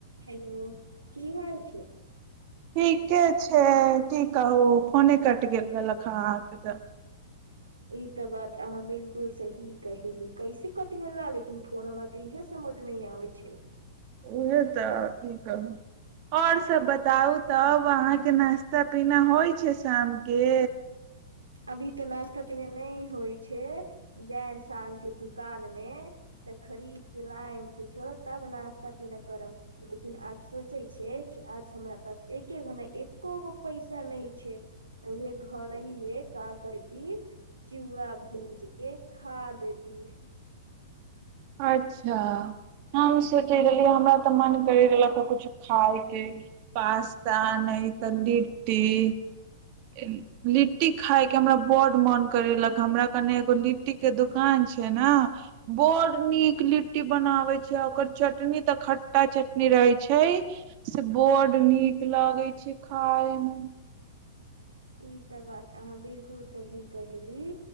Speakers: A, on the right; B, on the right.
A: hello की हाल छै
B: ठीके छै की कहू फोने कटि गेल रहलक हे अहाँके तऽ
A: ई तऽ बात अहाँ बिलकुल सही कही ली कैसे कटिंग ल लेकिन फोनमे तीह समझ न आ छै
B: उह तऽ की कर आओर सभ बताउ तब अहाँके नाश्ता पीना होइ छै शामके
A: अभी तऽ नाश्ता पीने नहि होइ छै जायम शाम के दुकान मे त खरीद के लाायम कुछो तब नास्ता पीना करब लेकिन आज सोचै छै हे आज हमरा प एक गो एको गो पैसा नहि छै त उहे घर ही मे जिम पूरा भूज के खा लेली
B: अच्छा हम सोचै रहलियै हमरा तऽ मन करय रहलक किछु खायके पास्ता नहि त मििट्टी <inaudible> कुटी खाय के हमरा बड्ड मन करे लक हमरा कने एगो लिट्टी के दुकान छै ने बड नीक लिट्टी बनाबे छै ओकर चटनी तऽ खट्टा चटनी रहे छै से बड नीक लगे छै खााय मे
A: ई सब बात अहाँ बिलकु ओ सही कहयली